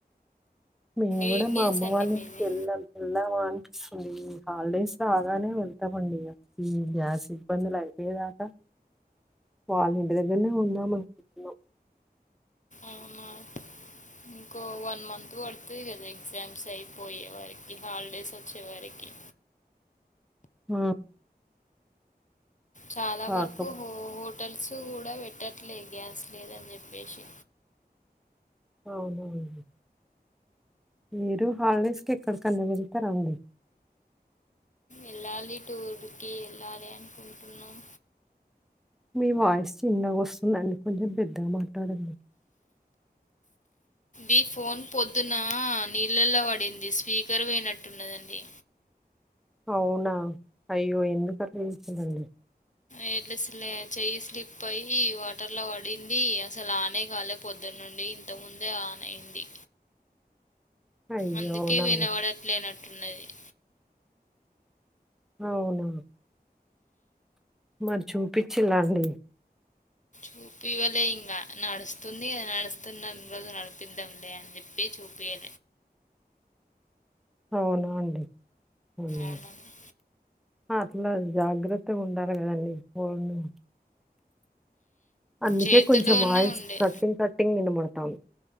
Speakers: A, in the centre; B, on the left.
A: మేము కూడా
B: ఏం
A: మా
B: గ్యాస్
A: అమ్మ
B: అండి
A: వాళ్ళ
B: మీది
A: ఇంటికి వెళ్ళాం వెళ్దావా అని అ ఈ హాలిడేస్ రాగానే వెళ్తామండి ఈ గ్యాస్ ఇబ్బందులు అయిపోయేదాకా వాళ్ళ ఇంటి దగ్గరనే ఉందాం అనుక్ <unintelligible>
B: అవునా ఇంకో వన్ మంత్ పడుతుంది కదా ఎగ్జామ్స్ అయిపోయే వారికి హాలిడేస్ వచ్చే వారికి
A: ఆ
B: చాలా
A: ఆ
B: వరకు
A: కం
B: హో హోటల్స్ కూడా పెట్టట్లేదు గ్యాస్ లేదని చెప్పేసి
A: అవును అండి మీరు హాలిడేస్ కి ఎక్కడికన్నా వెళ్తారండి
B: ఎలాలి టూర్కి ఎళ్లాల అనుకుంటున్నాం
A: మీ వాయిస్ చిన్నగా వస్తుందండి కొంచెం పెద్దగా మాట్లాడండి
B: ఈ ఫోన్ పొద్దున నీళ్ళల్లో పడింది స్పీకర్ పోయినట్టున్నదండి
A: అవునా అయ్యో ఎందుక అలా జేసుకుంటారండీ
B: ఎట్లా అసలే చెయ్యి స్లిప్ అయి వాటర్ లో పడింది అసలు ఆనే కాలే పొద్దున్న నుండి ఇంతకా ముందే ఆన్ అయింది
A: అయ్యో
B: అందుకే
A: అవునా
B: వినబడట్లేనట్టున్నది
A: అవునా మరి చూపించిలాండి
B: చూపివ్వలే ఇంకా నడుస్తుంది నడుస్తున్న రోజు నడిపిద్దాంలే అని చెప్పి చూపిలే
A: అవునా అండి అవును
B: అవునండి
A: అట్లా జాగ్రత్తగా ఉండాలి కదండీ ఫోను అందుకే
B: చేతిలోనే
A: కొంచెం వాయిల్స్
B: ఉండే
A: కట్టింగ్ కట్టింగ్ వినపడ్ అవును